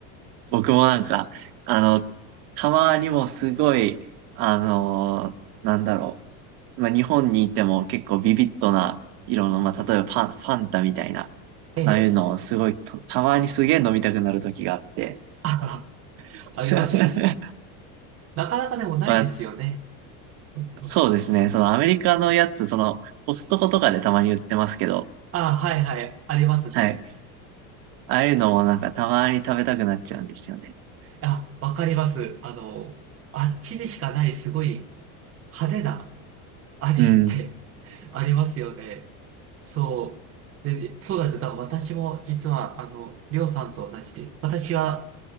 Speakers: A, on the right; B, on the right.
A: 僕もなんか、あの、たまにもすごい、あのーなんだろう。まあ、日本にいても結構ビビッドな色の、まあ、例えばパン、ファンタみたいな、
B: ええ
A: ああいうのをすごいと、たまにすげえ飲みたくなる時があって。
B: <laughs> あ、
A: <laughs>
B: ありますよ。なかなかでもないですよね。
A: まあ、
B: そうそう
A: そうですね。そのアメリカのやつ、その、コストコとかでたまに売ってますけど、
B: あ、はいはい、ありますね。
A: はい。ああいうのもなんかたまに食べたくなっちゃうんですよね。
B: あ、わかります。あの、あっちにしかないすごい派手な味って
A: うん。
B: <laughs> ありますよね。そう。で、そうなんですよ。だから私も実は、あの、りょうさんと同じで、私は